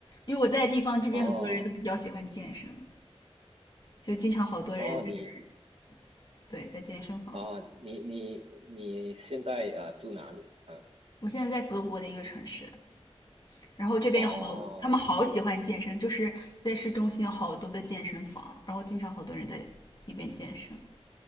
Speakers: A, on the left; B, on the right.
A: 因为我在的地方这边很多人都比较喜欢健身，
B: 哦
A: 就经常好多人就是
B: 哦，你
A: 对在健身房。
B: 哦你你你现在呃住哪里？嗯，
A: 我现在在德国的一个城市，然后这边有好，
B: 哦。
A: 他们好喜欢健身，就是在市中心有好多个健身房，然后经常好多人在那边健身。